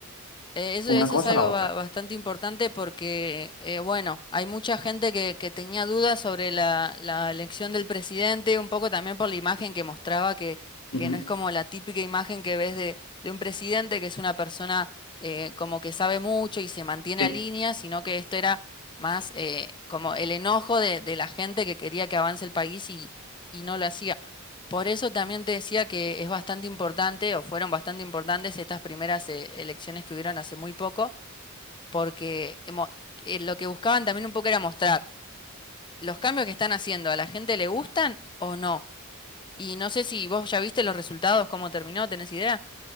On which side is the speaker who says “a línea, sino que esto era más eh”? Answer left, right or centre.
Left